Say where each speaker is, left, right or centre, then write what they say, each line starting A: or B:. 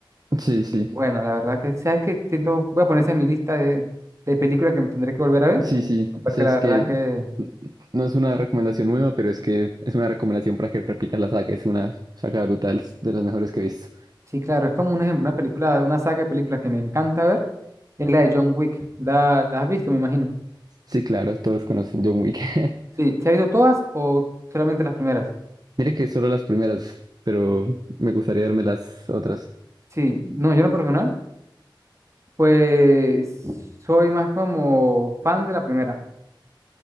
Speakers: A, on the right; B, on the right.
A: Sí, sí,
B: Y Bueno, la verdad que, ¿sabes que Siento, voy a poner esa en mi lista de, de películas que me tendré que volver a ver,
A: sí, sí.
B: porque
A: Esa
B: la
A: es
B: verdad
A: que
B: que
A: no es una recomendación nueva, pero es que es una recomendación para que repitas la saga. Es una saga brutal, de las mejores que he visto.
B: Sí, claro, es como un ejemplo, una película, una saga de películas que me encanta ver, es la de John Wick. ¿La, la has visto, me imagino?
A: Sí, claro, todos conocen John Wick. <laughs>
B: Sí, ¿se has visto todas o solamente las primeras?
A: Mire que solo las primeras, pero me gustaría verme las otras.
B: Sí, no, yo en lo personal, pues soy más como fan de la primera,